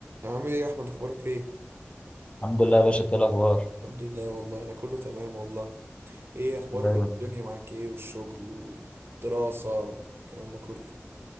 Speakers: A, on the right; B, on the left.
A: عامل ايه يا احمد اخبارك ايه
B: الحمد لله يا باشا إنت إيه الاخبار
A: الحمد لله والله انا كله تمام والله ايه اخبار
B: دايما
A: الدنيا معاك ايه والشغل والدراسة والكلام ده كله